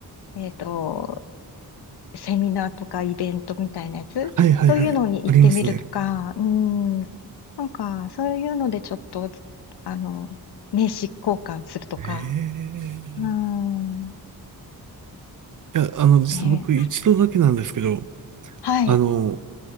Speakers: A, on the left; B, on the right.
A: えっと、セミナーとかイベントみたいなやつ、
B: はい、はい、
A: そういうのに行ってみるとか、
B: はい、ありますね。
A: うん、なんか、そういうのでちょっと、あの、名刺交換するとか、
B: ええ
A: うん、
B: いや、あの、実は僕一度だけなんですけど、
A: ね、はい、
B: あの、